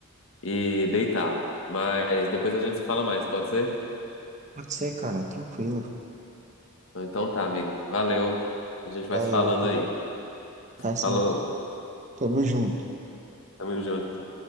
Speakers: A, on the left; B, on the right.
A: e deitar. Mas depois a gente se fala mais, pode ser?
B: Pode ser, cara, tranquilo.
A: Então tá, amigo. Valeu. A gente vai
B: Valeu,
A: se falando
B: cara.
A: aí.
B: Tá certo.
A: Falou.
B: Tamo junto.
A: Tamo junto.